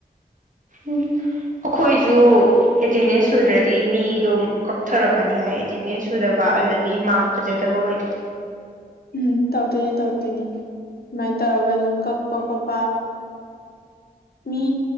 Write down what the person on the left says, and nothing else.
ꯎꯝ ꯇꯧꯔꯛꯇꯣꯏꯅꯤ ꯇꯧꯔꯛꯇꯣꯏꯅꯤ ꯑꯗꯨꯃꯥꯏꯅ ꯇꯧꯔꯒ ꯑꯗꯨꯝ ꯀꯛꯄ ꯈꯣꯠꯄ ꯃꯤ